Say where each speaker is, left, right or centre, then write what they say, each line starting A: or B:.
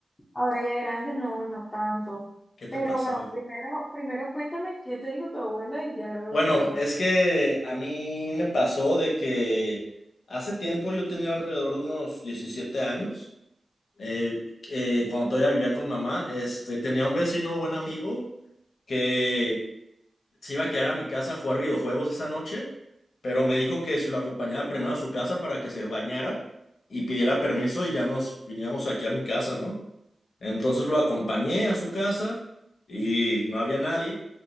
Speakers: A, on the left (about 20°); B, on the left (about 75°).
A: Ahora ya grande, no, no tanto.
B: te
A: Pero
B: pasaba?
A: bueno, primero, primero cuéntame qué te dijo tu abuela y ya luego
B: Bueno,
A: te cuento.
B: es que a mí me pasó de que hace tiempo yo tenía alrededor de unos 17 años, eh, eh, cuando
A: Mm.
B: todavía vivía con mi mamá, este, tenía un vecino, buen amigo que se iba a quedar a mi casa a jugar videojuegos esa noche, pero me dijo que si lo acompañaba primero a su casa para que se bañara y pidiera permiso y ya nos viniéramos aquí a mi casa, ¿no? Entonces lo acompañé a su casa y no había nadie.